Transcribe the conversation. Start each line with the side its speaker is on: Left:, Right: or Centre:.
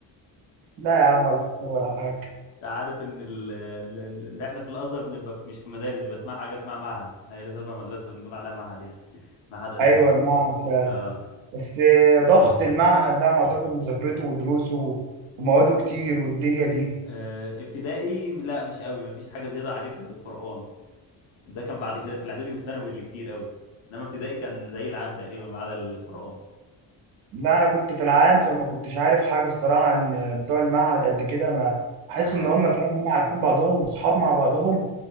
Right: لا يا عم ولا حكومي ولا حاجة
Left: انت عارف ان ال- ال- ال- اللي احنا في الازهر بنبقى في- مش في مدارس بيبقى اسمها حاجه اسمها معهد هي تبع مدرسه بنقول عليها معهد يعني معهد ازهري
Right: ايوه المعهد فعلا
Left: آه.
Right: بس ضغط المعهد ده أنا اعتقد مذاكرته ودروسه ومواده كتير والدنيا دي
Left: آه. ابتدائي لا مش قوي مفيش حاجه زياده عليك غير القران ده كان بعد كده في الاعدادي والثانوي اللي كتير قوي انما ابتدائي كان زي العام تقريبا ما عدا القران
Right: لا انا كنت في العام فما كنتش عارف حاجه الصراحه عن بتوع المعهد قد كده ما بحس
Left: اه
Right: ان هم فاهم هم عارفين بعضهم واصحاب مع بعضهم